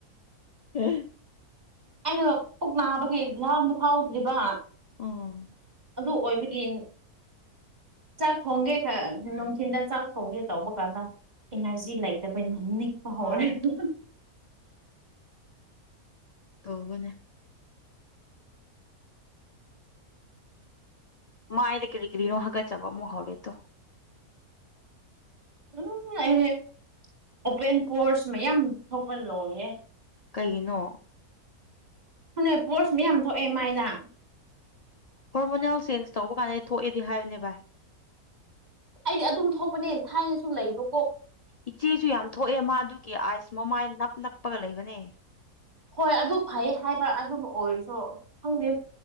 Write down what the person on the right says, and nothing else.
ꯑꯩꯩꯅꯣ ꯄꯨꯛ ꯅꯥꯕꯒꯤ ꯂꯥꯝꯕ ꯐꯥꯎꯗ꯭ꯔꯤꯕ
ꯑꯗꯨ ꯑꯣꯏꯕꯒꯤ ꯆꯥꯛ ꯊꯣꯡꯒꯦ ꯈꯔ ꯅꯨꯡꯊꯤꯟꯗ ꯆꯥꯛ ꯊꯣꯡꯒꯦ ꯇꯧꯕ ꯀꯥꯟꯗ ꯏꯅꯔꯖꯤ ꯂꯩꯇꯕꯅ ꯅꯤꯛꯄ ꯍꯧꯔꯦꯕꯥ
ꯎꯝ ꯑꯩ ꯗꯤ ꯑꯣꯄꯦꯟ ꯄꯣꯔꯁ ꯃꯌꯥꯝ ꯊꯣꯛꯄ ꯂꯣꯏꯌꯦ
ꯅ ꯄꯣꯠꯁ ꯃꯌꯥꯝ ꯊꯣꯛꯑꯦ ꯃꯥꯏꯗ
ꯑꯩꯗꯤ ꯑꯗꯨꯝ ꯊꯣꯛꯄꯅꯦ ꯊꯥꯏꯅꯁꯨ ꯂꯩꯕ
ꯍꯣꯏ ꯑꯗꯨ ꯐꯩ ꯍꯥꯏꯕ ꯑꯗꯨꯕꯨ ꯑꯣꯏꯔꯁꯨ ꯈꯪꯗꯦ